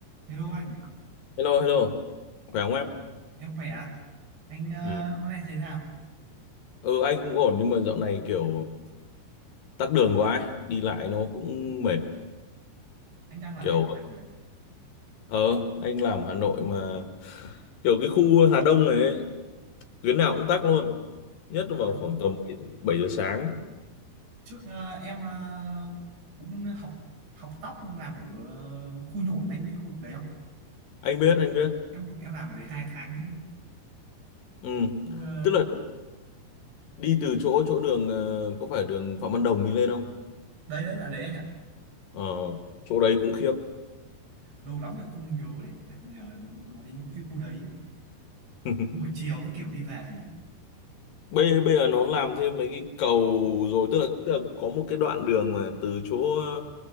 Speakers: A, on the right (about 85°); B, on the left (about 60°).
A: Hello anh,
B: Hello, hello. Khỏe không em?
A: em khỏe ạ. Anh ờ,
B: Ừ.
A: hôm nay thế nào?
B: ừ, anh cũng ổn nhưng mà dạo này kiểu tắc đường quá ấy. Đi lại nó cũng mệt.
A: Anh đang làm
B: Kiểu,
A: việc ở Hà Nội à?
B: ờ, anh làm Hà Nội mà kiểu cái khu Hà Đông này ấy, tuyến nào cũng tắc luôn. Nhất
A: Không
B: là vào
A: Đâu?
B: khoảng tầm bảy bảy giờ sáng.
A: Trước ờ, em ờ, cũng học học tóc làm ở khu nhổn anh biết khu đấy không?
B: Anh biết, anh biết.
A: Em em làm ở đấy hai tháng.
B: Ừ.
A: Không ờ,
B: Tức là đi từ chỗ chỗ đường, ờ, có phải đường Phạm Văn Đồng đi lên không?
A: đấy đấy bạn đấy anh ạ.
B: Ờ, chỗ đấy cũng khiếp.
A: Lâu lắm rồi không nhớ đấy. Tại vì, ờ, Nói đến cái khu đấy
B: <laughs>
A: buổi chiều các kiểu đi về thì
B: bây bây giờ nó làm thêm mấy cái cầu rồi tức là, tức là có một cái đoạn đường mà từ chỗ ờ,